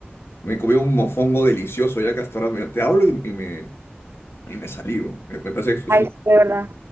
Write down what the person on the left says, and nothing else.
me comí un mofongo delicioso, ya que hasta ahora me- te hablo y, y me, y me salivo, me, me parece que
es un-